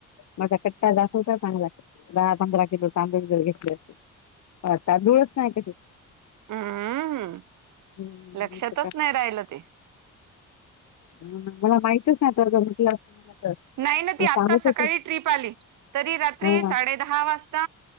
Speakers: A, on the left (about 65°); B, on the right (about 80°).
A: माझा कट्टा जाखून का चांगला दहा पंधरा किलो तांदूळ वर घेतले, असते तांदूळच नाही कसे.
B: हम्म हम्
A: हं, नाही
B: लक्षातच
A: तर काय.
B: नाही राहिलं ते
A: मला माहितच नाही आता ज म्हटलं असतं मला
B: नाही ना
A: तू
B: ती
A: सांगत
B: आत्ता सकाळी
A: होते
B: ट्रीप आली तरी रात्री
A: हा
B: साडे दहा वाजता